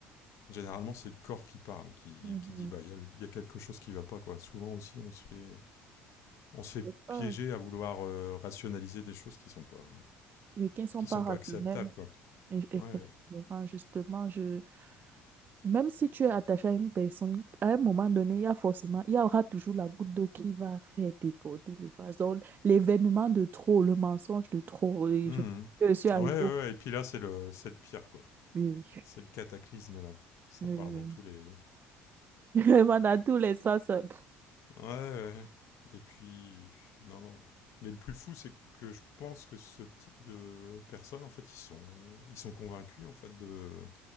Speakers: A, on the left; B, on the right.
A: Généralement, c'est le corps qui parle, qui,
B: oui.
A: qui
B: Mhm.
A: dit bah il y a, y a quelque chose qui va pas quoi. Souvent aussi, on se fait on se fait
B: C'est ça.
A: piéger à vouloir euh, rationaliser des choses qui sont pas
B: Les week-ends sont
A: qui
B: pas
A: sont
B: rationnels.
A: pas acceptables quoi.
B: Et- Effectivement,
A: Ouais.
B: justement, je... même si tu es attaché à une personne, à un moment donné, il y a forcément, il y aura toujours la goutte d'eau qui va faire déborder le vase. Donc, l'événement de trop, le mensonge de trop, et
A: Mhm.
B: je, que je suis arrivée
A: Ouais, ouais,
B: au
A: ouais. Et puis là, c'est le c'est le pire quoi.
B: Oui,
A: C'est le cataclysme là. Ça
B: oui,
A: part
B: oui.
A: dans tous les.
B: <laughs> Vraiment, dans tous les sens. euh, pff.
A: Ouais. ouais. Et puis non non. Mais le plus fou, c'est que je pense que ce type de personnes, en fait, ils sont ils sont convaincus en fait de